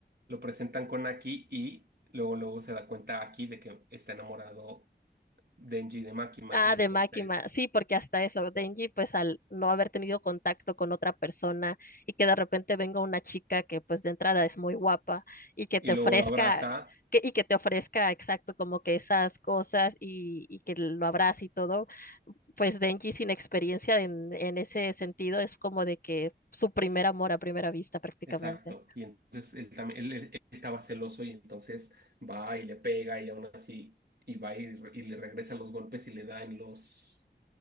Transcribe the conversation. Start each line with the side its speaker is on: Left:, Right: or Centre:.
Right: lo presentan con Aki y luego luego se da cuenta Aki de que está enamorado Denji de Makima
Left: Ah,
Right: y entonces,
Left: de Máquina, sí, porque hasta eso, Denji, pues al no haber tenido contacto con otra persona y que de repente venga una chica que pues de entrada es muy guapa y que
Right: y
Left: te
Right: luego
Left: ofrezca,
Right: lo abraza,
Left: que, y que te ofrezca exacto como que esas cosas y, y que lo abrace y todo, pues Denji sin experiencia en, en ese sentido es como de que su primer amor a primera vista prácticamente.
Right: exacto, y entonces él también, él, él- estaba celoso y entonces va y le pega y aún así, y va y, re- y le regresa los golpes y le da en los,